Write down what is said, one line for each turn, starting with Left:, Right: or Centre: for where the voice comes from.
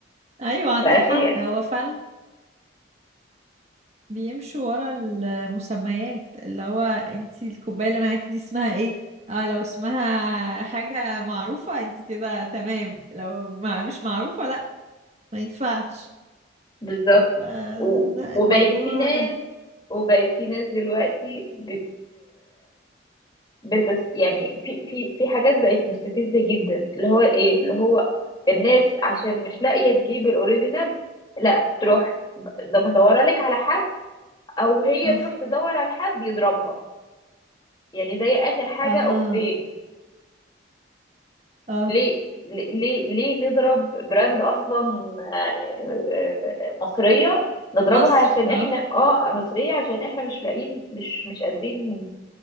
Right: ايوه عندك
Left: بقى فيه
Right: حق هو فعلا بيمشوا ورا المسميات اللي هو انتي الكوبايه اللي معاكي دي اسمها ايه اه لو اسمها حاجه معروفه انتي كده تمام لو ما مش معروفه لا ما ينفعش
Left: بالظبط
Right: ف-
Left: و...
Right: لا
Left: وبقت
Right: الموضوع
Left: في ناس وبقت في ناس دلوقتي بت بتس... يعني في في في حاجات بقت مستفزة جدا اللي هو ايه اللي هو الناس عشان مش لاقية تجيب الاوريجينال لا تروح ب- ده مدورة لك على حد او هي
Right: اه
Left: تروح تدور على حد يضربها يعني زي آخر حاجة
Right: اه
Left: أختين
Right: اه
Left: ليه ليه ليه ليه نضرب براند أصلا آه، آه، مصرية نضربها
Right: مصري
Left: عشان
Right: اه
Left: احنا اه مصرية عشان احنا مش لاقيين مش مش قادرين